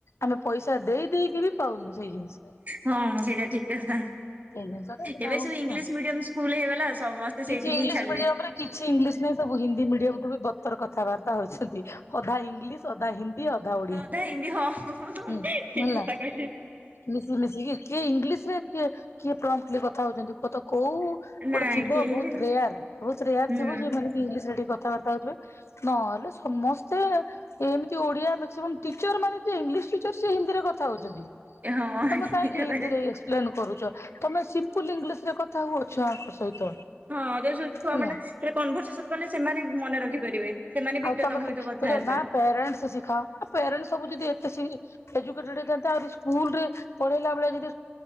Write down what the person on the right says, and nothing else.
ହଁ ସେଇଟା ଠିକ କଥା
ଏବେ
ସବୁ ଇଂଲିଶ
ମିଡିୟମ ସ୍କୁଲ ହେଇଗଲା। ସମସ୍ତେ। ସେଇଠିକି
ହିଁ ଛାଡିଲେ।
ହଁ ହିନ୍ଦୀ ହଁ
ଠିକ
କଥା କହିଲେ।
ନାଇଁ।
କେହି ବି
ହୁଁ
ହଁ
ଠିକ କଥା
କହିଲେ।
ହଁ ଯୁ ଛୁଆ
ମାନେ ସେ କନଭରସେସନ କଲେ ସେମାନେ ମନେ ରଖିପାରିବେ। ସେମାନେ ବି
ତମ
ସହିତ କଥା
ହେବେ।